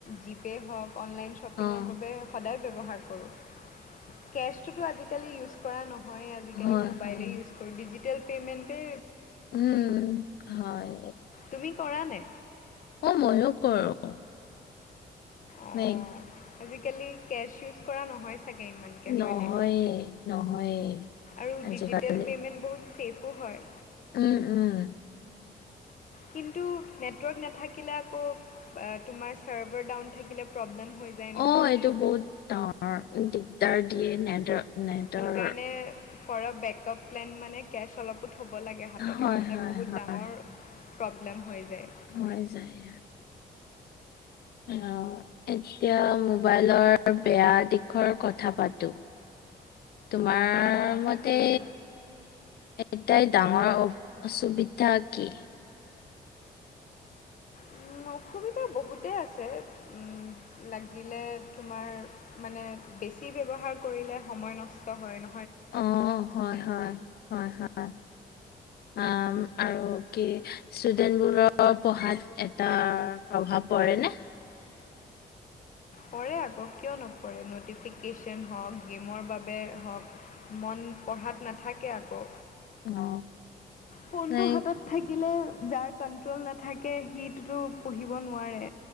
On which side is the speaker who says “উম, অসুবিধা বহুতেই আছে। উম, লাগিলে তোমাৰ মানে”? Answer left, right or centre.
Left